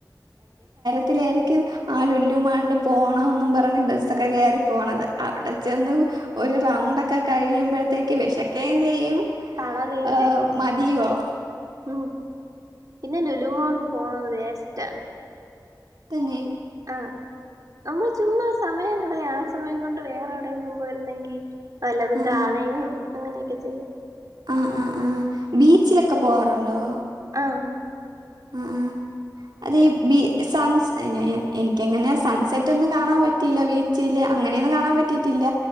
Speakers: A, on the right (about 75°); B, on the right (about 55°).
A: ത്തിലേയിരിക്കും ആ ലുലൂ മാളിൾ പോണോന്നും പറഞ്ഞ് ബെസ്സക്കെ കേറി പോണത് അവടെ ചെന്ന് ഒരു റൗണ്ടൊക്കെ കഴിയുമ്പോഴത്തേക്ക് വെശക്കേം ചെയ്യും
B: തളരേം
A: ഏഹ്
B: ചെയ്യും
A: മതിയുവാവും
B: മ്മ് പിന്നെ ലുലു മോൾ പോണത് വേസ്റ്റാണ്
A: തെന്നേ
B: ആ ഞമ്മൾ ചുമ്മാ സമയം കളയാ ആ സമയം കൊണ്ട് വേറെ എവിടെയെങ്കിലും പോയിരുന്നെങ്കിൽ വല്ലതും
A: ആഹ്
B: കാണെയും അങ്ങനെയൊക്കെ ചെയ്യാം
A: ആ ആഹ് ആ ബീച്ചിലൊക്കെ പോവാറുണ്ടോ?
B: ആഹ്
A: അ ആഹ് അതെ ബി സൺ എഹ് ഞാ ഞ എനിക്കങ്ങനെ സൺസെറ്റ് ഒന്നും കാണാൻ പറ്റിയില്ല ബി ചിലെ അങ്ങനെയെന്നും കാണാൻ പറ്റിയിട്ടില്ല